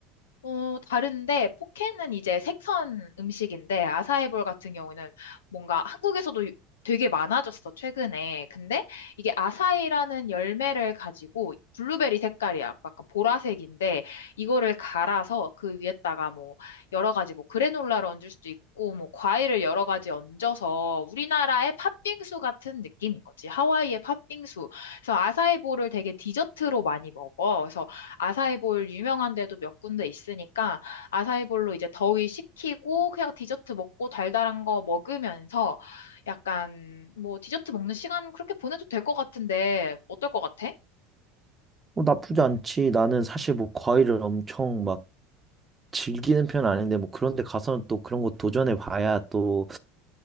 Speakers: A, on the left; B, on the right.
A: 어, 다른데, 포케는 이제 생선 음식인데, 아사이볼 같은 경우는 뭔가 한국에서도 유- 되게 많아졌어, 최근에. 근데 이게 아사이라는 열매를 가지고, 블루베리 색깔이 야 약간 보라색인데, 이거를 갈아서 그 위에다가 뭐, 여러 가지 뭐, 그래놀라를 얹을 수도 있고, 뭐, 과일을 여러 가지 얹어서 우리나라의 팥빙수 같은 느낌인 거지. 하와이의 팥빙수. 그래서 아사이볼을 되게 디저트로 많이 먹어. 그래서 아사이볼 유명한 데도 몇 군데 있으니까 아사이볼로 이제 더위 식히고 그냥 디저트 먹고 달달한 거 먹으면서 약간 뭐 디저트 먹는 시간 그렇게 보내도 될 것 같은데 어떨 것 같아?
B: 어, 나쁘지 않지. 나는 사실 뭐 과일을 엄청 막 즐기는 편은 아닌데 뭐 그런 데 가서는 또 그런 거 도전해 봐야 또